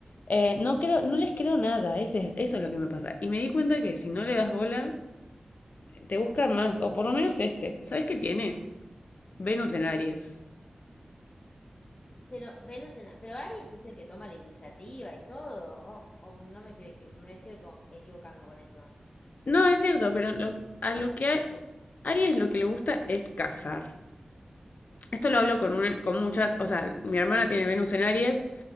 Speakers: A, on the left; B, on the left.
A: Eh, no creo, no les creo nada, ese, eso es lo que me pasa. Y me di cuenta que si no le das bola, te buscan más, o por lo menos este. ¿Sabes qué tiene? Venus en Aries.
B: Pero Venus en, pero Aries es el que toma la iniciativa y todo. O, o no me estoy equi- me estoy co- equivocando con eso.
A: No, es cierto, pero lo, a lo que a Aries lo que le gusta es cazar. Esto lo hablo con, un- con muchas, o sea, mi hermana tiene Venus en Aries